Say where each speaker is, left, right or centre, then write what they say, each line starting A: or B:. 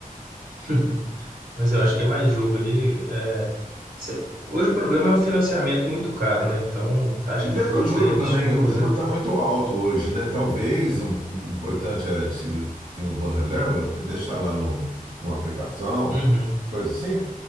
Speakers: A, on the right; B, on the right.
A: <laughs> Mas eu acho que é mais jogo ali. é, você- Hoje o problema é o financiamento muito caro, né? Então, taxa
B: Mas
A: de juros
B: é que o juro
A: aí é absurda,
B: também, o juro
A: né?
B: está muito alto hoje, né? Talvez um, um importante é, se você tem alguma reserva, é deixar lá no, numa aplicação,
A: Uhum.
B: tal, coisa assim,